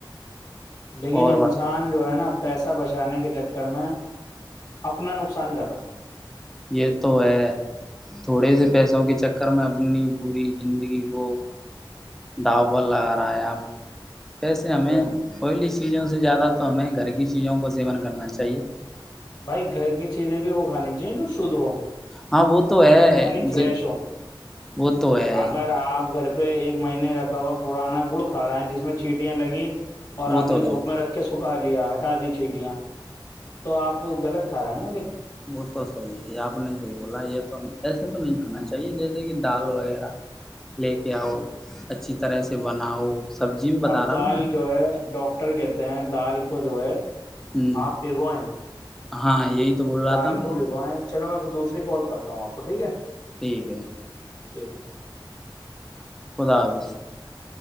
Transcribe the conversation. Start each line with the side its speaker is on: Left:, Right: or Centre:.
Left: لیکن
Centre: اور و
Left: انسان جو ہے نا <unintelligible> پیسہ بچانے کے چکر میں اپنا نقصان کر رہا ہے <unintelligible>
Centre: یہ تو ہے تھوڑے سے پیسوں کے چکر میں اپنی پوری زندگی کو ڈاو پر لگا رہا ہے <unintelligible> پیسے ہمیں
Left: ہے
Centre: ہوئی لی <unintelligible> چیزوں سے زیادہ تو ہمیں گھر کی چیزوں کا سیون کرنا چاہیے <unintelligible>
Left: بھائی گھر کی چیزیں بھی وہ کھانی چاہیے جو شدھ ہو <unintelligible>
Centre: ہاں وہ تو ہے
Left: یعنی فریش
Centre: ج
Left: ہو
Centre: وہ تو ہے <unintelligible>
Left: اگر آپ گھر پہ ایک مہینے رکھا ہوا پرانا گڑ کھا رہا ہے جس میں چھیٹیاں لگی <unintelligible> اور آپ
Centre: وہ تو
Left: نے دھوپ
Centre: غلط
Left: میں رکھ کے س <unintelligible> لیا ہٹا دی چیٹیاں تو آپ <unintelligible> وہ غط کھا ہےا پلے <unintelligible>
Centre: وہ تو صحیح ہے آپ نے صحی بولا یہ تو نہیں <unintelligible> ایسا تو نہیں ہونا
Left: ہاں
Centre: چاہیے جیسے کہ <unintelligible> دال وغیرہ <unintelligible> لے کے آؤچ <unintelligible> اچھی طرح سے بناؤ <unintelligible> بتا
Left: اب
Centre: رہا
Left: دال
Centre: ہوں میں
Left: جو ہے ڈاکٹر کہتے ہیں دال <unintelligible> کو جو ہے <unintelligible>
Centre: ہوں
Left: آپ بگو ہیں <unintelligible>
Centre: ہاں یہی <unintelligible>
Left: دال
Centre: تھا میں
Left: کو بھگویں <unintelligible> چلو میں کو دوسری کال کرتا ہوں آپ کو ٹھیک ہے <unintelligible>
Centre: ٹھیک ہے <unintelligible>
Left: ایک <unintelligible>
Centre: خدا حافظ <unintelligible>